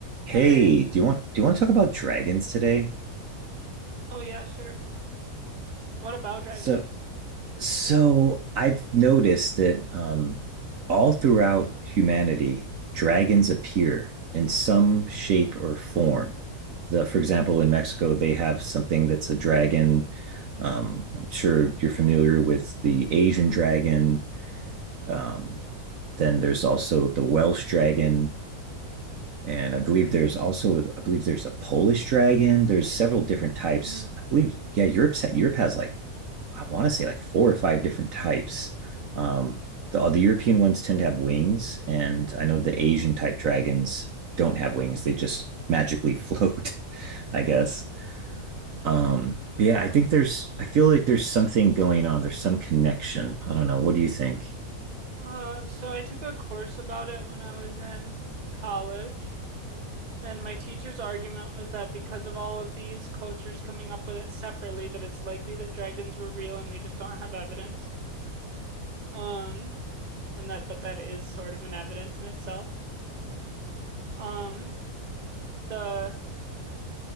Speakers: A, on the right; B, on the right.
A: Hey,
B: Hey,
A: do you want do you want to talk about dragons today?
B: oh yeah, sure. What about dragons?
A: So so I've noticed that um all throughout humanity, dragons appear in some shape or form. The, for example, in Mexico, they have something that's a dragon. Um, I'm sure you're familiar with the Asian dragon. Um, then there's also the Welsh dragon. And I believe there's also, I believe there's a Polish dragon. There's several different types.
B: hmm
A: I believe, yeah, Europe's Europe has like, I want to say like four or five different types. Um, the, the European ones tend to have wings, and I know the Asian type dragons don't have wings. They just magically float, <laughs> I guess. Um,
B: Yeah.
A: but yeah, I think there's, I feel like there's something going on. There's some connection. I don't know. What do you think?
B: Uh, so I took a course about it when I was in college, and my teacher's argument was that because of all of these cultures coming up with it separately, that it's likely that dragons were real and we just don't have evidence. Um, and that, but that is sort of an evidence in itself. Um, the